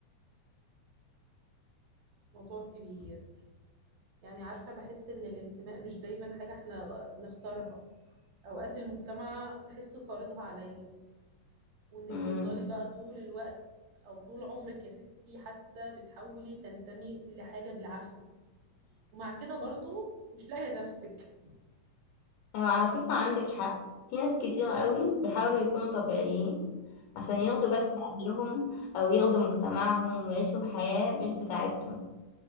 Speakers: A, on the right; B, on the left.
A: موضوع كبير يعني عارفة بحس إن الانتماء مش دايما حاجة احنا نختارها أوقات المجتمع بحسه فارضها عليا وإنك
B: امم
A: تفضلي بقى طول الوقت أو طول عمرك يا ستي حتى بتحاولي تنتمي لحاجة بالعافية ومع كده برضو مش لاقية نفسك
B: هو على فكرة عندك حق في ناس كتير قوي بيحاولوا يكونوا طبيعيين عشان
A: مم.
B: يرضوا بس أهلهم أو يرضوا مجتمعهم ويعيشوا حياة مش بتاعتهم